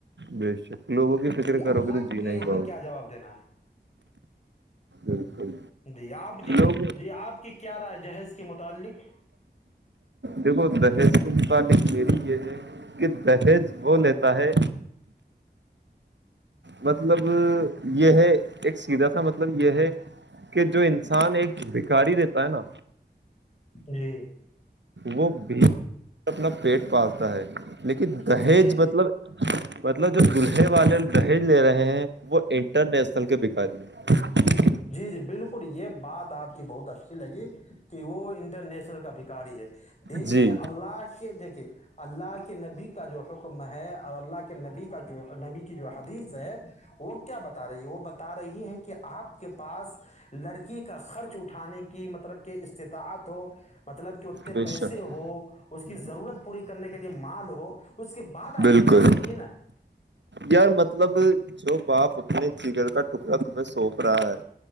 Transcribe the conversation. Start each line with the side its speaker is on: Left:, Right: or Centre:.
Right: بے شک لوگوں کی فکر
Left: کہ
Right: کرو
Left: اللہ
Right: گے تو جین
Left: کے
Right: نہا
Left: یہاں
Right: ہی پاؤ گے
Left: کیا جواب دینا ہے
Right: بالکل
Left: جی آپ جی
Right: لوگ
Left: جی آپ کی کیا رائے جہیز کے متعلق
Right: دیکھو دہج کے متعلق میری یہ ہے کہ پحیض وہ لیتا ہے مطلب یہ ہے ایک سیدھا سا مطلب یہ ہے کہ جو انسان ایک بھکاری رہتا ہے نا
Left: ای
Right: وہ بھی اپنا پیٹ پالتا ہے لیکن دہیج
Left: جی جی
Right: مطلب مطلب جو دولہے والے دہیج لے رہے ہیں وہ انٹرنییشنل کے بھکاری ہیں
Left: جی جی بالکل یہ بات آپ کی بہت اچھی لگی کہ وہ انٹرنیشنل کا بھیکاری ہے دیکھی
Right: جی
Left: اللہ کے د کہ اللہ کے نبی کا جو حکم ہے اور اللہ کے نبی کا جو نبی کی جو حدیث ہے وہ کیا بتا رہی ہے وہ بتا رہی ہے کہ آپ کے پاس لڑکی کا خرچ اٹھانے کی مطلب کہ استطاعت ہو مطلب کہ اتتے
Right: بے
Left: پیسے
Right: شک
Left: ہو اس کی ضرورت پوری کرنے کے لیے مال ہو اس کے بعد آپ
Right: بالکل
Left: نکاح کیجیے نا
Right: یار مطلب جو باپ اپنے جگر کا ٹکڑا تمہیں سوپ رہا ہے